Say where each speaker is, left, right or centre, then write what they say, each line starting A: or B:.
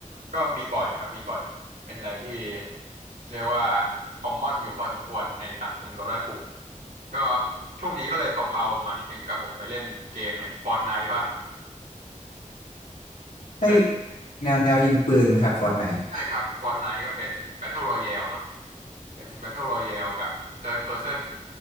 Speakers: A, on the right; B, on the left.
A: ก็มีบ่อยครับมีบ่อย เป็นอะไรที่เรียกว่าคอมมอนอยู่พอสมควรในสังคมโดดาทูก็ช่วงนี้ก็เลยเผาๆลงมานิดหนึ่งครับผมไปเล่นเกมอย่าง Fortnite บ้าง
B: ไอ้ย
A: เคย
B: แนวแนวยิงปืนไหมครับฟอร์ตไนท์
A: ใช่ครับ Fortnite ก็เป็น Battle Royale เนาะ เป็น Battle Royale แบบ Third Person